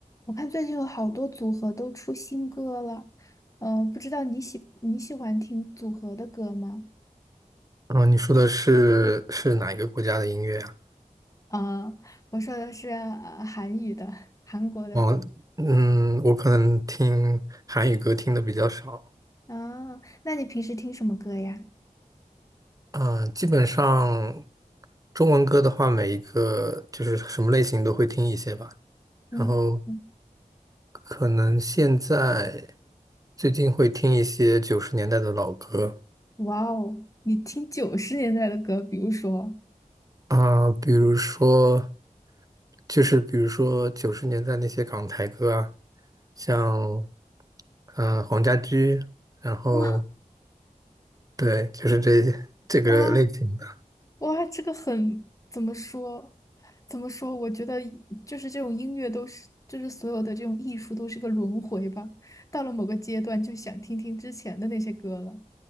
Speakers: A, on the left (about 25°); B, on the right (about 25°).
A: 我看最近有好多组合都出新歌了，嗯、不知道你喜你喜欢听组合的歌吗？
B: 哦，你说的是是哪一个国家的音乐啊？
A: 啊、我说的是、呃韩语的，韩国的。
B: 哦，嗯，我可能听韩语歌听的比较少，
A: 啊，那你平时听什么歌呀？
B: 嗯，基本上中文歌的话，每一个就是什么类型都会听一些吧。
A: 嗯，
B: 然后
A: 嗯
B: 可能现在最近会听一些九十年代的老歌，
A: 哇哦，你听九十年代的歌，比如说。
B: 啊，比如说，就是比如说九十年代那些港台歌啊，像呃黄家驹，然后
A: 哇，
B: 对，就是这这个类型的。
A: 哇哇，这个很，怎么说？怎么说？我觉得就是这种音乐都是，就是所有的这种艺术都是个轮回吧。到了某个阶段，就想听听之前的那些歌了。